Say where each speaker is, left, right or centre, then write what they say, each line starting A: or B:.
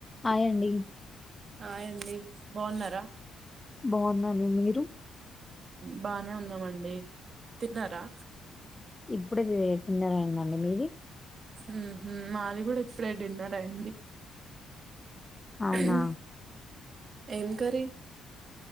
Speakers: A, on the left; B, on the right.
A: Hi అండి
B: hi అండి బావున్నారా
A: బావున్నాను మీరు
B: బానే ఉన్నామండి తిన్నారా
A: ఇప్పుడే ది డిన్నర్ అయిందండి మీది
B: ఉహ్మ్ మాది కూడా ఇప్పుడే డిన్నర్ అయింది.
A: అవునా
B: ఊమ్ ఏం కర్రీ